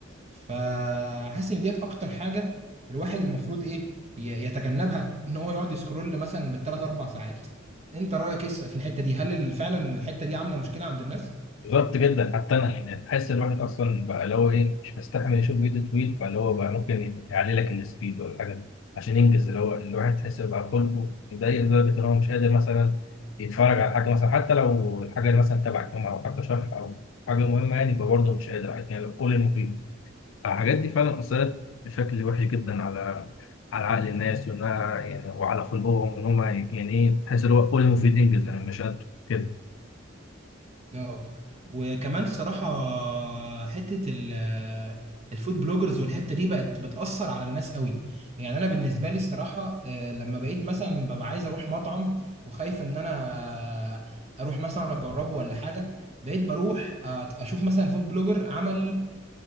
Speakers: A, on the right; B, on the left.
A: فحاسس ان ديت اكتر حاجه الواحد المفروض ايه ي- يتجنبها ان هو يقعد يسكرول مثلا بالثلاث اربع ساعات انت رايك ايه في الحته دي هل فعلا الحته دي عامله مشكله عند الناس
B: غلط جدا حتى انا يعني بحس الواحد اصلا بقى اللي هو ايه مش مستحمل يشوف فيديو طويل فاللي هو بقى ممكن يعلي لك السبيد ولا حاجه عشان ينجز اللي هو الواحد تحس بقى خلقه يضايق لدرجه ان هو مش قادر مثلا يتفرج على حاجه مثلا حتى لو الحاجه اللي مثلا تبع الجامعه او حاجه شرح او حاجه مهمه يعني يبقى برضه مش قادر يعني لو كل المفيد الحاجات دي فعلا اثرت بشكل وحش جدا على على عقل الناس وانها يعني وعلى خلقهم ان هم يعني ايه تحس اللي هو كل المفيد ينجز يعني مش قادر كده
A: اه وكمان الصراحة حتة ال- الفود بلوجرز والحتة دي بقت بتأثر على الناس قوي يعني أنا بالنسبة لي الصراحة آه، لما بقيت مثلا ببقى عايز أروح مطعم وخايف إن أنا أروح مثلا أجربه ولا حاجة بقيت بروح أت- أشوف مثلا فود بلوجر عمل